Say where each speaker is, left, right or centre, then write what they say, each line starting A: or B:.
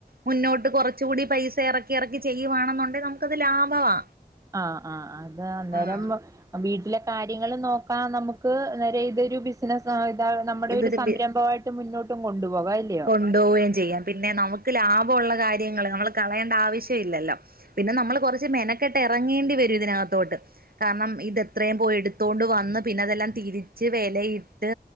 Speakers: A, on the right (about 65°); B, on the right (about 20°).
A: മുന്നോട്ട് കുറച്ചു കൂടി പൈസ എറക്കി എറക്കി ചെയ്യുവാണെന്നുണ്ടെ നമുക്കത് ലാഭവാ.
B: ആഹ്‌ ആ അത് അന്നേരം
A: ആഹ്
B: വ വീട്ടിലെ കാര്യങ്ങളും നോക്കാ നമുക്ക് അന്നേരം ഇതൊരു ബിസ് നസായി ഇത നമ്മുടെ
A: ഇതൊരു
B: ഒരു സംരംഭമായിട്ട്
A: ബി
B: മുന്നോട്ടും കൊണ്ടുപോവാലെ.
A: കൊണ്ടുപോവുകയും ചെയ്യാം. പിന്നെ നമുക്ക് ലാഭമുള്ള കാര്യങ്ങള് നമ്മൾ കളയേണ്ട ആവശ്യം ഇല്ലല്ലോ. പിന്നെ നമ്മള് കൊറച്ച് മെനക്കെട്ട് എറങ്ങേണ്ടി വരും ഇതിനകത്തോട്ട്. കാരണം ഇതെത്രയും പോയി എടുത്തോണ്ട് വന്ന് പിന്നെ അതെല്ലാം തിരിച്ച് വെലയിട്ട്,